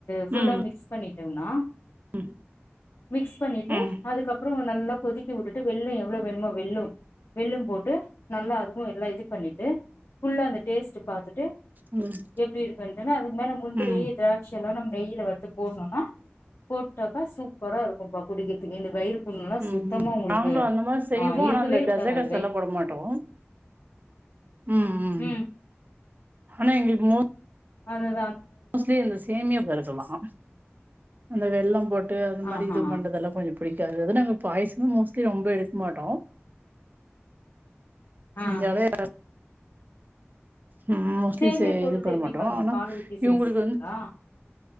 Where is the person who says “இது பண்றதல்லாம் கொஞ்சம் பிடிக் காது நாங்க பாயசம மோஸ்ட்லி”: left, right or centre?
Right